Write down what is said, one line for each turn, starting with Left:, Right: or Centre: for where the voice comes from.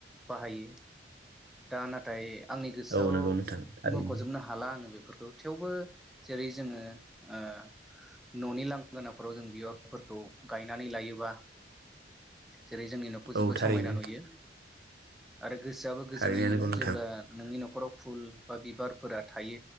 Centre: बाहायो दा नाथाय आंनि गोसोआव
Right: औ नंगौ नोंथां थारैनो
Centre: मख'जोबनो हाला आङो बेफोरखौ थेवबो जेरै जोङो ओ न'नि लांगोनाफोराव जों बियाव बिबारफोरखौ गायनानै लायोबा जेरै जोंनि न'खौ
Right: औ
Centre: जोबोद
Right: थारैनो
Centre: समायना नुयो आरो गोसोआबो गोजोननाय
Right: थारैनो
Centre: मोनो
Right: नंगौ नोंथां
Centre: जेब्ला नोंनि न'खराव फुल बा बिबार फोरा थायो